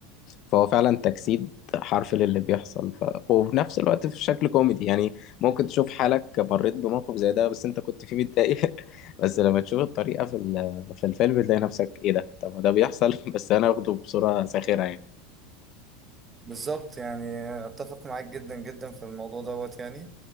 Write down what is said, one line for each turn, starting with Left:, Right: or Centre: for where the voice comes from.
Left: فهو فعلا تجسيد حرفي للي بيحصل ف... وفي نفس الوقت في شكل كوميدي يعني ممكن تشوف حالك مريت بموقف زي ده بس أنت كنت فيه متضايق <laughs> بس لما تشوف الطريقة في ال... في الفيلم تلاقي نفسك إيه ده طب ما ده بيحصل <laughs> بس أنا واخده بصورة ساخرة يعني
Right: بالظبط يعني اتفق معاك جدا جدا في الموضوع دوت يعني